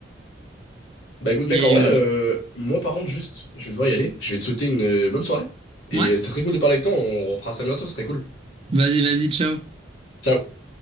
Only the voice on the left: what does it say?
Bah écoute
mec, en vrai,
euh, moi par contre juste, je vais devoir y aller. Je vais te souhaiter une euh, bonne soirée. Et
euh, c'était très cool de parler avec toi, on refera ça bientôt, ce serait cool.
Ciao.